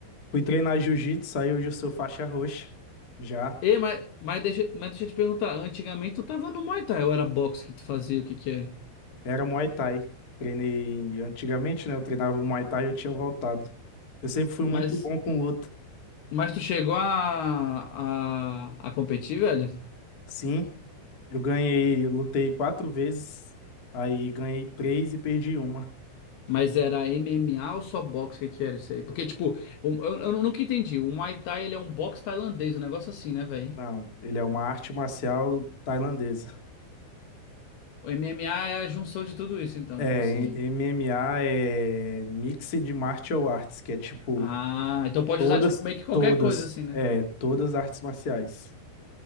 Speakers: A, on the left; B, on the left.
A: fui treinar jiu-jitsu, aí hoje eu sou faixa roxa. Já
B: Ei, mas, mas, deixa, mas deixa eu te perguntar, antigamente tu tava no Muay Thai, ou era boxe que tu fazia, o que que é?
A: era Muay Thai. Treinei antigamente, né? Eu treinava o Muay Thai e eu tinha voltado. Eu sempre fui muito
B: Mas,
A: bom com luta.
B: mas tu chegou a, a, a competir, velho?
A: Sim, Eu ganhei, lutei quatro vezes, aí ganhei três e perdi uma.
B: Mas era MMA ou só boxe, o que que era isso aí? Porque, tipo, o- eu, eu nunca entendi, o Muay Thai ele é um boxe tailandês, um negócio assim, né, velho?
A: Não, ele é uma arte marcial tailandesa.
B: O MMA é a junção de tudo isso, então,
A: É,
B: tipo assim...
A: em- MMA é Mixed Martial Arts, que é tipo
B: Ah, então pode
A: todas,
B: usar, tipo, meio que qualquer
A: todas,
B: coisa, assim, né?
A: é, todas artes marciais.